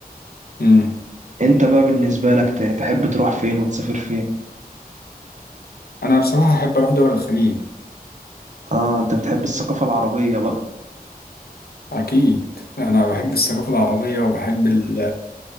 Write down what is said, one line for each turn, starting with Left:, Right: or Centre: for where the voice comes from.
Left: مم.
Right: انت بقى بالنسبة لك ت- تحب تروح فين وتسافر فين
Left: انا بصراحة احب اروح دول الخليج
Right: اه انت بتحب الثقافة العربية بقى
Left: أكيد أنا بحب الثقافة العربية وبحب ال-